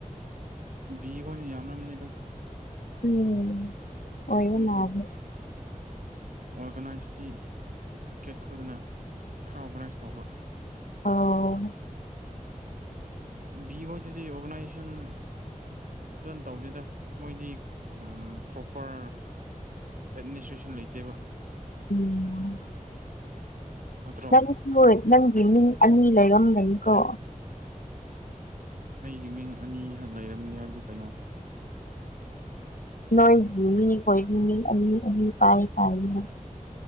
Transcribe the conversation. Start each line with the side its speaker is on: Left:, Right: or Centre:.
Right: ꯕꯤꯍ‌ꯣꯏꯅ ꯌꯥꯝꯃꯝꯅꯤꯗ
Left: ꯎꯝ ꯑꯣꯏꯌꯦ
Right: ꯑꯗꯨꯕꯨ
Left: ꯃꯥꯜꯂ‌ꯦ
Right: ꯑꯣꯔꯒꯅꯥꯏꯁꯇꯤ ꯀꯦꯠ ꯈꯣꯏꯗꯅ ꯈꯔ ꯑꯣꯔꯒꯅꯥꯏꯁ ꯇꯧꯕ
Left: ꯑꯣ
Right: ꯕꯤ ꯍꯣꯏꯗꯗꯤ ꯑꯣꯔꯒꯅꯥꯏꯖꯦꯁꯟ ꯐꯖꯅ ꯇꯧꯗꯦꯗ ꯃꯣꯏꯗꯤ ꯎꯝ ꯄ꯭ꯔꯣꯄ꯭ꯔ ꯑꯦꯠꯃꯤꯅꯤꯁꯇ꯭ꯔꯦꯁꯟ ꯂꯩꯇꯦꯕ
Left: ꯎꯝ
Right: ꯅꯠꯇ꯭ꯔꯣ
Left: ꯅꯪꯁꯨ ꯅꯪꯒꯤ ꯃꯤꯡ ꯑꯅꯤ ꯂꯩꯔꯝꯒꯅꯤꯀꯣ
Right: ꯑꯩꯒꯤ ꯃꯤꯡ ꯑꯅꯤ ꯍ ꯂꯩꯔꯝꯒꯅꯤ ꯍꯥꯏꯕꯗꯤ ꯀꯩꯅꯣ
Left: ꯅꯣꯏꯒꯤ ꯃꯤ ꯈ‌ꯣꯏꯒꯤ ꯃꯤ ꯑꯅꯤ ꯑꯅꯤ ꯄꯥꯎ ꯐꯥꯎꯅ